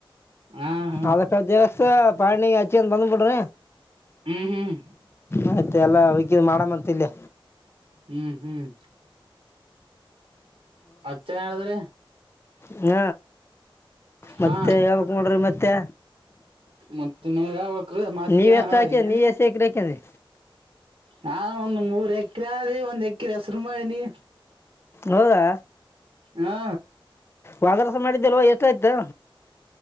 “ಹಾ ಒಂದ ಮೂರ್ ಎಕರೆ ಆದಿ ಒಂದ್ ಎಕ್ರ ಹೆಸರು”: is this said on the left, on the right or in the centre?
Right